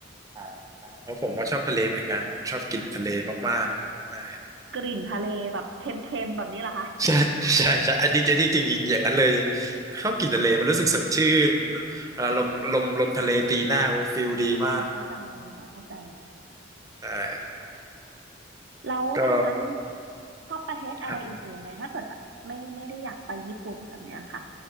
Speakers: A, on the right (about 20°); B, on the right (about 65°).
A: อ๋อเพราะผมก็ชอบทะเลเหมือนกันผมชอบกลิ่นทะเลมากๆใช่
B: กลิ่นทะเลแบบเค็มๆแบบนี้เหรอคะ
A: ใช่ใช่ใช่อันนี้จะนี่จริงๆอย่างนั้นเลยชอบกลินทะเลมันรู้สึกสดชื่นอ่าลมลมลมทะเลตีหน้าฟิลดีมาก
B: แบบกลิ่นเกลืออ่าพอเข้าใจพอเข้าใจ
A: แต่
B: แล้วทางนั้น
A: ก็
B: ชอบประเทศอะไรอื่นๆไหมถ้าเกิดแบบไม่ไม่ได้อยากไปญี่ปุ่นแบบเนี้ยค่ะ
A: ครับ